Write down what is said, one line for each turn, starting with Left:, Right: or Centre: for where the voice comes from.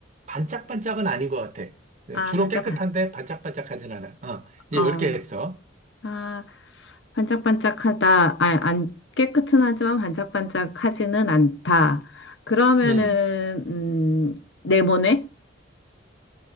Right: 반짝반짝은 아닌 것 같아. 네,
Left: 아,
Right: 주로
Left: 반짝반,
Right: 깨끗한데 반짝반짝하진 않아. 어, 이제
Left: 어,
Right: 열 개 했어.
Left: 아, 반짝반짝하다. 아, 안 깨끗은 하지만 반짝반짝하지는 않다. 그러면은,
Right: 음,
Left: 음, 네모네?